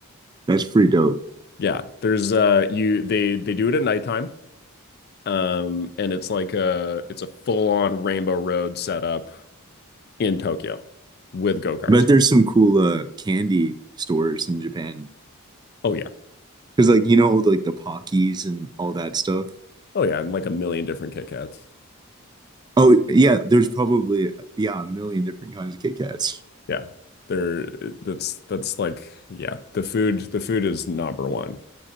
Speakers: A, on the right; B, on the left.
A: That's pretty dope.
B: Yeah, there's uh you they they do it at nighttime. Um and it's like a it's a full-on Rainbow Road setup in Tokyo with go-karts.
A: But there's some cool uh candy stores in Japan
B: Oh yeah.
A: Because like you know like the Pockies and all that stuff.
B: Oh yeah, and like a million different Kit Kats.
A: Oh yeah, there's probably yeah a million different kinds of Kit Kats.
B: Yeah. There that's that's like yeah, the food the food is number one